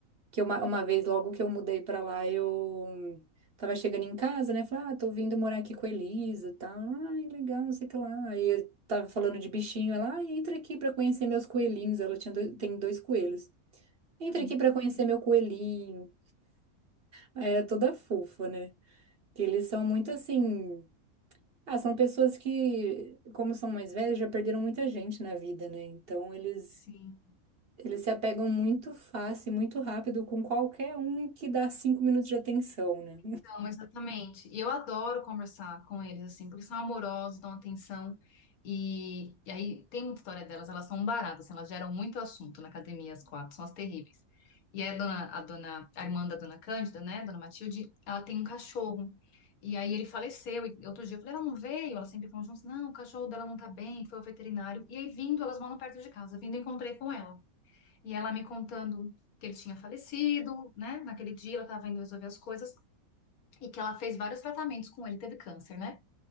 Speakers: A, on the right; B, on the left.
A: que uma, uma vez, logo que eu mudei pra lá, eu tava chegando em casa, né? Falei, ah, tô vindo morar aqui com a Elisa e tal. Ai, legal, não sei o que lá. Aí eu tava falando de bichinho, ela, ah, entra aqui pra conhecer meus coelhinhos. Ela tinha dois- tem dois coelhos. Entra
B: Uhum.
A: aqui pra conhecer meu coelhinho. Aí é toda fofa, né? Que eles são muito assim. Ah, são pessoas que, como são mais velhas, já perderam muita gente na vida, né? Então eles
B: Sim.
A: eles se apegam muito fácil, muito rápido com qualquer um que dá cinco minutos de atenção, né?
B: Então, exatamente. E eu adoro conversar com eles, assim, porque são amorosos, dão atenção. E, e aí tem muita história delas, elas são baratas, assim, elas geram muito assunto na academia, as quatro, são as terríveis. E aí a dona, a dona, a irmã da dona Cândida, né, dona Matilde, ela tem um cachorro. E aí ele faleceu. E outro dia eu falei, ela não veio? Elas sempre falam juntos, não, o cachorro dela não tá bem, foi ao veterinário. E aí vindo, elas moram perto de casa, vindo eu encontrei com ela. E ela me contando que ele tinha falecido, né, naquele dia ela tava indo resolver as coisas. E que ela fez vários tratamentos com ele, teve câncer, né?